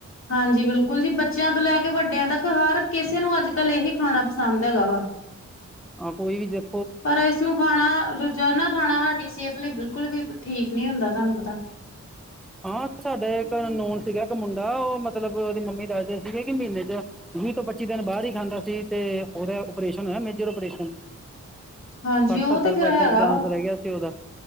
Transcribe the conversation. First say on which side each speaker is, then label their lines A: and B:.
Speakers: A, on the left; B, in the centre.
A: ਹਾਂਜੀ, ਬਿਲਕੁਲ ਜੀ ਬੱਚਿਆਂ ਤੋਂ ਲੈ ਕੇ ਵੱਡਿਆਂ ਤੱਕ ਹਰ ਕਿਸੇ ਨੂੰ ਅੱਜ ਕੱਲ ਇਹੀ ਖਾਣਾ ਪਸੰਦ ਹੈਗਾ ਵਾ
B: ਕੋਈ ਵੀ ਦੇਖ
A: ਪਰ ਇਸਨੂੰ ਖਾਣਾ ਰੋਜ਼ਾਨਾ ਖਾਣਾ ਸਾਡੀ ਸਿਹਤ ਲਈ ਬਿਲਕੁਲ ਵੀ ਠੀਕ ਨੀ ਹੁੰਦਾ ਤੁਹਾਨੂੰ ਪਤਾ।
B: ਹਾਂ, ਸਾਡੇ ਇੱਕ ਨੋਨ ਸੀਗਾ ਇੱਕ ਮੁੰਡਾ ਉਹ ਮਤਲਬ ਉਹਦੀ ਮੰਮੀ ਦਾਸਦੇ ਸੀਗੇ ਕਿ ਮਹੀਨੇ ਚ ਵੀਹ ਤੋਂ ਪੱਚੀ ਦਿਨ ਬਾਹਰ ਹੀ ਖਾਂਦਾ ਸੀ ਤੇ ਉਹਦਾ ਓਪਰੇਸ਼ਨ ਹੋਇਆ ਮੇਜਰ ਓਪਰੇਸ਼ਨ।
A: ਹਾਂਜੀ
B: ਸੱਠ
A: ਉਹ
B: ਸੱਤਰ
A: ਤੇ ਫੇਰ
B: ਪਰਸੈਂਟ
A: ਹੈਗਾ
B: ਚਾਂਸ
A: ਵਾ
B: ਰਹਿ ਗਿਆ ਸੀ ਉਹਦਾ